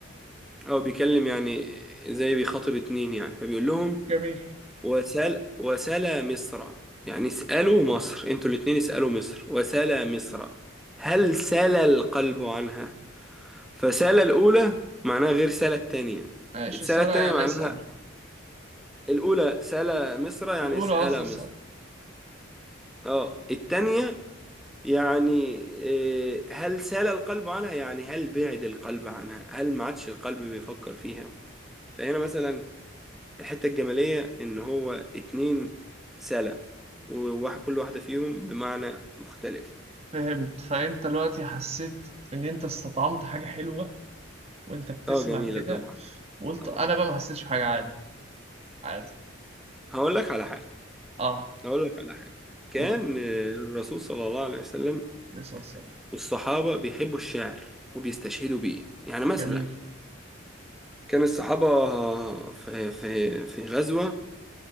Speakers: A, in the centre; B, on the right.
A: أو بيكلم يعني زي بيخاطب اتنين يعني فبيقول لهم
B: جميل
A: وسل وسلا مصر يعني اسألوا مصر انتوا الاتنين اسألوا مصر وسلا مصر هل سلا القلب عنها فسالة الأولى معناها غير سالة التانية
B: ماشي
A: السالة
B: سارة
A: التانية
B: يعني
A: معناها
B: اسأل
A: الأولى سالة مصر يعني
B: الأولى
A: سألة
B: قصدي اسأل
A: مصر اه التانية يعني إيه، هل سال القلب عنها يعني هل بعد القلب عنها هل ما عادش القلب بيفكر فيها فهنا مثلا الحتة الجمالية إن هو اتنين سالة وواحد كل واحدة فيهم بمعنى مختلف
B: فهمت فأنت دلوقتي حسيت إن أنت استطعمت حاجة حلوة وأنت بتسمع
A: اه جميلة
B: كده
A: طبعا
B: وقلت
A: طبعا
B: أنا بقى ما حسيتش بحاجة عادي عادي
A: هقول لك على حاجة
B: أه
A: هقول لك على حاجة كان
B: قول
A: آه، الرسول صلى الله عليه وسلم
B: عليه الصلاة والسلام
A: والصحابة بيحبوا الشعر وبيستشهدوا بيه يعني مثلا
B: جميل
A: كان الصحابة في في في غزوة